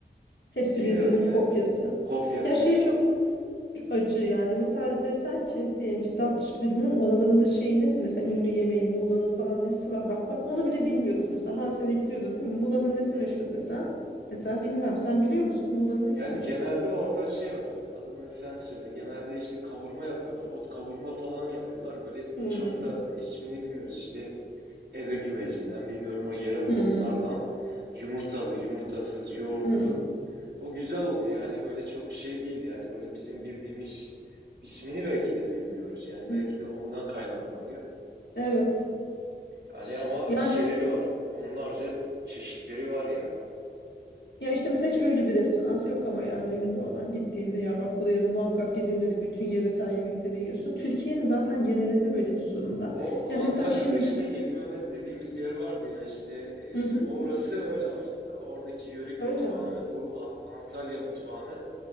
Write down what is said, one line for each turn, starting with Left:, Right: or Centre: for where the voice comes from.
Left: Hepsi
Right: Bilmiyorum
Left: birbirinin
Right: yani
Left: kopyası.
Right: kopyası
Left: Ya şey çok acı yani. Mesela desen ki diyelim ki Datça bilmiyorum oralarında şeyi nedir? Mesela ünlü yemeği Muğla'nın falan nesi var? Bak bak onu bile bilmiyoruz. Mesela her sene gidiyoruz değil mi? Muğla'nın nesi
Right: Hı
Left: meşhur
Right: hı.
Left: desen. Mesela bilmem. Sen biliyor musun? Muğla'nın nesi
Right: Yani
Left: meşhur?
Right: genelde orada şey var. Adını sen söyle. Genelde işte kavurma yapıyorlar. Ot kavurma falan yapıyorlar. Böyle
Left: Hmm.
Right: çok da ismini bilmiyoruz. İşte eve gümecinden bilmiyorum o yerel otlardan
Left: Hmm.
Right: yumurtalı, yumurtasız, yoğurtlu.
Left: Hmm.
Right: O güzel oluyor. Yani böyle çok şey değil. Yani böyle bizim bildiğimiz ismini belki de bilmiyoruz. Yani
Left: hmm.
Right: belki de ondan kaynaklanıyor.
Left: Evet.
Right: Hani
Left: Ş-
Right: ama
Left: Yani
Right: şeyleri var. Onlarca çeşitleri var yani.
Left: ya işte mesela hiç öyle bir restoran yok ama yani ünlü olan gittiğinde ya bak buraya da muhakkak gidilmeli bütün yöresel yemekleri yiyorsun. Türkiye'nin zaten genelinde böyle bir sorun var.
Right: O
Left: Yani
Right: Antalya'da
Left: mesela şimdi
Right: işte Yedi Mehmet dediğimiz yer vardı ya işte e,
Left: hı hı.
Right: orası öyle aslında. Oradaki yörük
Left: Öyle
Right: mutfağını
Left: mi?
Right: bu Ad- Antalya mutfağını